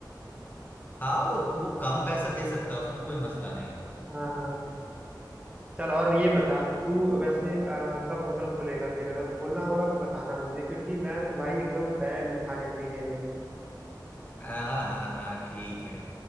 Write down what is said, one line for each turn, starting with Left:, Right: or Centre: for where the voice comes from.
Left: हाँ वो वो कम पैसा दे सकता है उसमें कोई मसला नहीं
Right: हाँ हाँ चल और ये बता तू वैसे अ, कब होटल खोलेगा फिर अगर खोलना होगा तो बताना मुझे क्योंकि मैं तो भाई एकदम फैन हूँ खाने पीने में
Left: हाँ हाँ हाँ हाँ, ठीक है